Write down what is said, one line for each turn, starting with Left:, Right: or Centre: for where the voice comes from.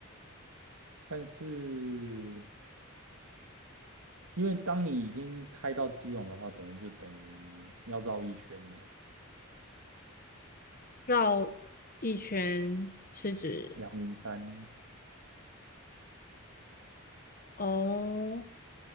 Right: 但是因为当你已经开到基隆的话，等于就等于要绕一圈了，
Left: 绕一圈是指
Right: 阳明山，
Left: 哦，